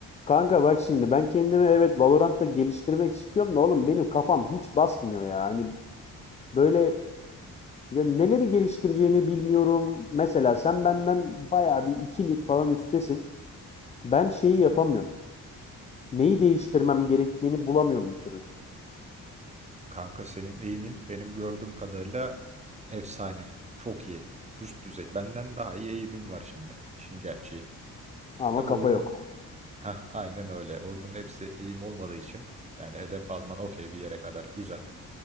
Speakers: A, on the left; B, on the right.
A: Kanka bak şimdi ben kendimi evet Valorant'ta geliştirmek istiyorum da oğlum benim kafam hiç basmıyor ya. Hani böyle ya neleri geliştireceğimi bilmiyorum. Mesela sen benden bayağı bir ikilik falan üstesin. Ben şeyi yapamıyorum. Neyi değiştirmem gerektiğini bulamıyorum bir türlü.
B: Kanka senin eğimin benim gördüğüm kadarıyla efsane. Çok iyi. Üst düzey. Benden daha iyi eğimim var şimdi. İşin gerçeği.
A: Ama
B: Tabii
A: kafa
B: oyunun
A: yok.
B: <laughs> Heh, aynen öyle. Oyunun hepsi eğim olmadığı için yani hedef alman okey bir yere kadar güzel.